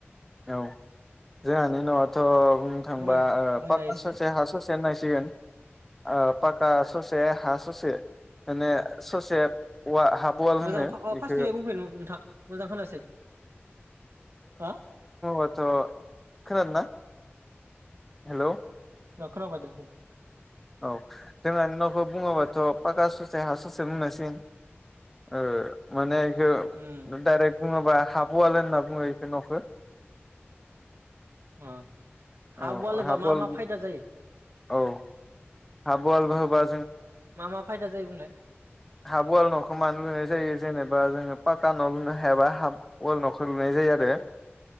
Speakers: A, in the centre; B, on the right.
A: औ जोंहानि न'आथ' बुंनो थांबा
B: फोरमायना
A: ओ
B: बुंनाय
A: पक्का
B: एसे
A: सासे हा सस चेन्नाय सिगोन ओ पाक बा ससे हा ससे माने ससे औवा हाफ वाल
B: मोजां
A: होनो
B: फा आ
A: इखो
B: फास्टनिफ्राय बुंफैनो नोंथां मोजां खानायासै। हा!
A: अथ'। खोनादों ना हेलौ?
B: अ खोनाबाय दे बुं।
A: औ जोंहानि न'खौ बुङोबाथ' पाक्का ससे हा ससे बुंनांसिगोन। ओ माने हो
B: उम
A: डाइरेक्ट बुङा बा हाब अवाल होनना बुङो एखो न'खो।
B: ओ हाब
A: औ
B: अवाल होबा
A: हाफ वाल
B: मा मा फायदा जायो?
A: औ हाब अवल बो होबा
B: मा मा फायदा जायो बुंलाय?
A: हाब वाल न'खौ मानो लुनाय जायो जेनेबा जोङो पाका न' लुनो हायाबा हाफ अआल न'खो लुनाय जायो आरो